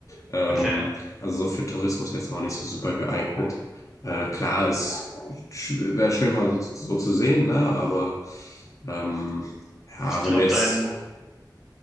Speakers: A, on the left; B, in the centre.
A: ähm,
B: okay.
A: also so für Tourismus jetzt auch nicht so super geeignet. Äh, klar, es wäre schön mal so, so zu sehen, ne? Aber ähm, ja,
B: Ich glaube,
A: wenn wir jetzt
B: dein